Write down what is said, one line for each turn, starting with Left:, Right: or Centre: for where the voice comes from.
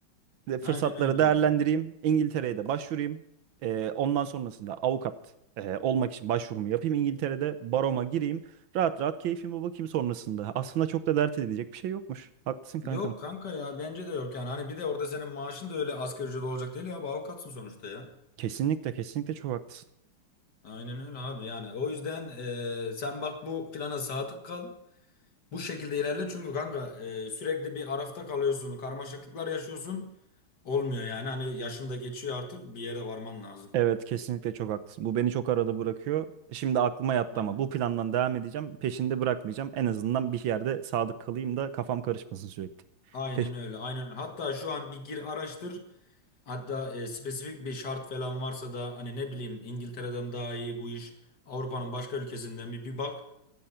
Right: Ve Fırsatları
Left: Aynen öyle
Right: değerlendireyim.
Left: abi.
Right: İngiltere'ye de başvurayım. Ee, ondan sonrasında avukat e, olmak için başvurumu yapayım. İngiltere'de baroma gireyim. Rahat rahat keyfime bakayım sonrasında. Aslında çok da dert edecek bir şey yokmuş. Haklısın kankam.
Left: Yok kanka ya bence de yok yani. Hani bir de orada senin maaşın da öyle asgari ücret olacak değil ya. Abi avukatsın sonuçta ya.
Right: Kesinlikle kesinlikle çok haklısın.
Left: Aynen öyle abi yani. O yüzden e, sen bak bu plana sadık kal. Bu şekilde ilerle çünkü kanka e, sürekli bir arafta kalıyorsun, karmaşıklıklar yaşıyorsun. Olmuyor yani hani yaşın da geçiyor artık bir yere varman lazım.
Right: Evet kesinlikle çok haklısın. Bu beni çok arada bırakıyor. Şimdi aklıma yattı
Left: Aynen.
Right: ama bu plandan devam edeceğim. Peşinde bırakmayacağım. En azından bir yerde sadık kalayım da kafam karışmasın sürekli.
Left: Aynen
Right: Te-
Left: öyle, aynen öyle. Hatta şu an bir gir araştır. Hatta e, spesifik bir şart falan varsa da hani ne bileyim İngiltere'den mi daha iyi bu iş, Avrupa'nın başka ülkesinden bir, bir bak.